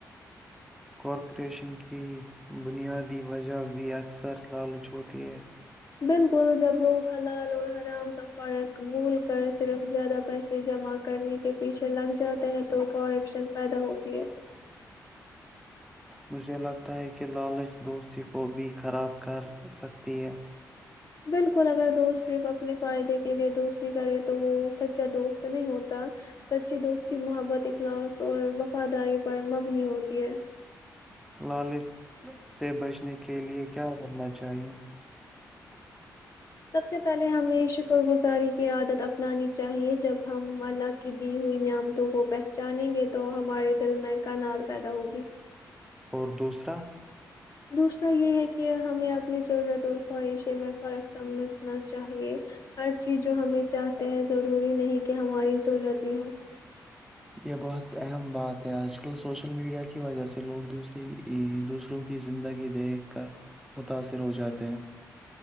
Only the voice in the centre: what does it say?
کارپوریشن کی بنیادی وجہ بھی اکثر لالچ ہوتی ہے
مجھے لگتا ہے کہ لالچ دوست کسی کو بھی خراب کر سکتی ہے
لال سے بچنے کے لیے کیا کرنا چاہیے
اور دوسرا
یہ بہت اہم بات ہے آج کل سوشل میڈیا کی وجہ سے لوگ دوسری دوسروں کی زندگی دیکھ کر متاثر ہو جاتے ہیں